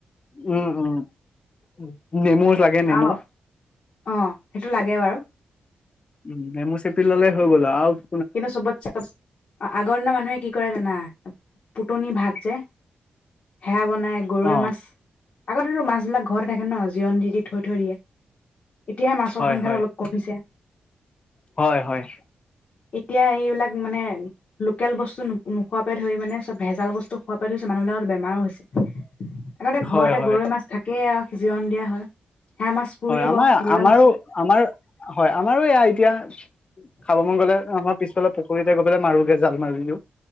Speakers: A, on the left (about 30°); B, on the left (about 50°).
A: উম উম উ নেমু লাগে নেমু
B: অ অ সেইটো লাগে বাৰু,
A: উম নেমু চেপি ললে হৈ গ'ল আৰু, আৰু
B: কিন্তু চবতচে, আগৰ দিনৰ মানুহে কি কৰে জানা? পুটনি ভাত যে, হেয়া বন নাই, গৰৈ
A: অ
B: মাছ আগতেতো মাছবিলাক ঘৰতে থাকে ন, জিৰণ দি দি থৈ থৈ দিয়ে। এতিয়াহে মাছৰ
A: হয়
B: সংখ্যাটো
A: হয়
B: অলপ কমিছে।
A: হয় হয়।
B: এতিয়া এইবিলাক মানে লোকেল বস্তু নো নোখোৱা পৰা ধৰি মানে চব ভেজাল বস্তু খোৱা পৰা ধৰিছে মানুহ বিলাকৰ তো বেমাৰো হৈছে। আগতে
A: হয়
B: ঘৰতে
A: হয়
B: গৰৈ মাছ থাকেই আৰু। জিৰণ দিয়া হয়। সেয়া মাছ পুৰিব
A: হয় আমাৰ
B: গৰৈ
A: আমাৰো,
B: মাছৰ
A: আমাৰ হয় আমাৰো এয়া এতিয়া খাব মন গ'লে আমাৰ পিছ ফালৰ পুুৰীতে গৈ পেলাই মাৰোগে জাল। মাৰি দিও।